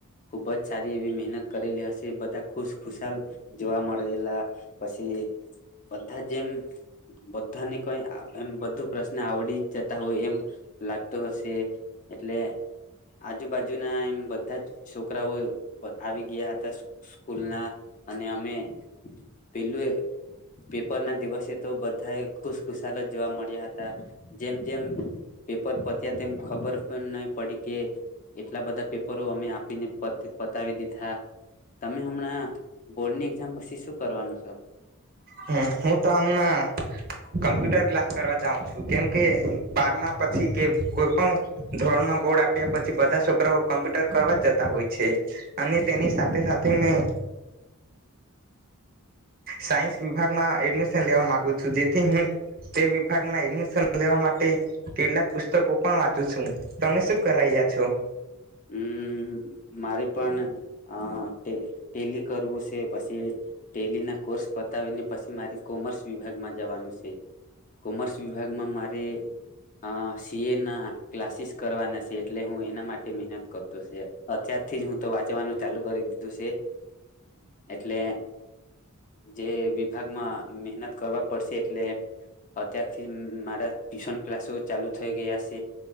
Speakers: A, on the left; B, on the right.
A: ખુબ જ સારી એવી મહેનત કરેલી હશે. બધા ખુશ ખુશાલ જોવા મડેલા. પછી બધા જેમ બધાને કઈ એમ બધું પ્રશ્ન આવડી જતા હોય એમ લાગતું હશે. એટલે આજુબાજુના એમ <unintelligible> બધા છોકરાઓ આવી ગયા હતા. સ્કૂલ ના અને અમે પેલું એ પેપર ના દિવસે તો બ બધાય ખુસખુશાલ જ જોવા મળ્યા હતા જેમ જેમ પેપર પત્યા તેમ ખબર પણ નહી પડી કે એટલા બધા પેપર અમે આપીને પતાવી દીધા તમે હમણાં બોર્ડની એક્ઝામ પછી શું કરવાનું છો
B: હમ હું તો હમણા કમ્પ્યુટર ક્લાસ કરવા જાઉં છું કેમ કે એ બારમા પછી કે કોઈ પણ ધોરણમાં બોડા પછી બધા છોકરાઓ કોમ્પ્યુટર કરવા જતા હોય છે, અને તેની સાથે સાથે મેં સાયન્સ એડમિશન લેવા માગુ છું જેથી હું તે વિભાગમાં એડમિશન લેવા માટે કેટલાક પુસ્તકો પણ વાંચું છું, તમે શું કરી રહ્યા છો
A: હમ મારી પણ અ ટેલી કરવું સે પછી ટેલી ના કોર્સ પતાવીને પછી મારે કોમર્સ વિભાગમાં જવાનું સે કોમર્સ વિભાગમાં મારી અ સીએ ના ક્લાસીસ કરવાના સે એટલે હું એના માટે મહેનત કરતો છે અત્યારથી જ હું તો વાંચવાનું ચાલુ કરી દીધું સે એટલે જે વિભાગમાં મહેનત કરવા પડશે એટલે અત્યારથી મારા ટ્યુશન ક્લાસો ચાલુ થઈ ગયા સે